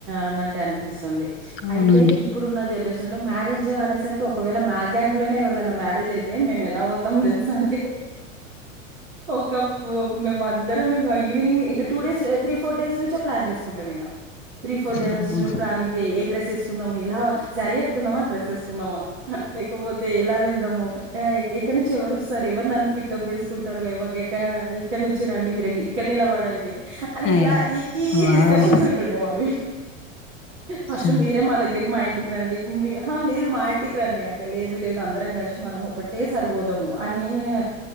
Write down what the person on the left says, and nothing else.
అవునండి.
అమ్మో
ఏ
వావ్
స